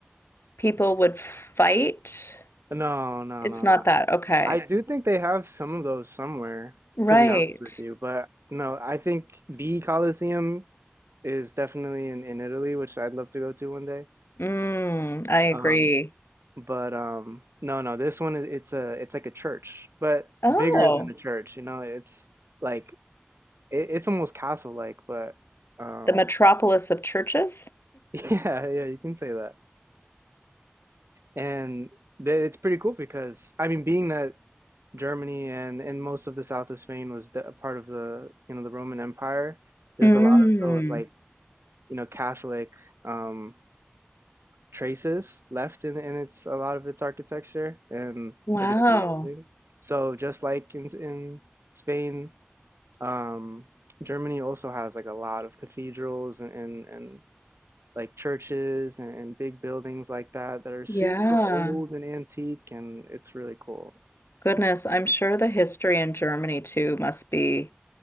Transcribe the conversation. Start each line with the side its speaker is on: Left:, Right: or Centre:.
Left: people would fight?
Right: no, no,
Left: It's
Right: no,
Left: not
Right: no.
Left: that. Okay.
Right: I do think they have some of those somewhere,
Left: Right.
Right: to be honest with you. But no, I think the Colosseum is definitely in, in Italy, which I'd love to go to one day.
Left: Mm, I agree.
Right: Um, but um, no, no, this one is it's a it's like a church, but
Left: Oh,
Right: bigger than a church. You know, it's like it, it's almost castle-like, but um,
Left: the metropolis of churches?
Right: <laughs> yeah, yeah, you can say that. And th- it's pretty cool because I mean, being that Germany and and most of the south of Spain was the, a part of the you know the Roman Empire, there's
Left: Mm,
Right: a lot of those like you know Catholic um, traces left in in its a lot of its architecture and
Left: wow.
Right: like its biggest things. So just like in in Spain, um, Germany also has like a lot of cathedrals and and, and like churches and, and big buildings like that that are super
Left: Yeah.
Right: old and antique, and it's really cool.
Left: Goodness, I'm sure the history in Germany too must be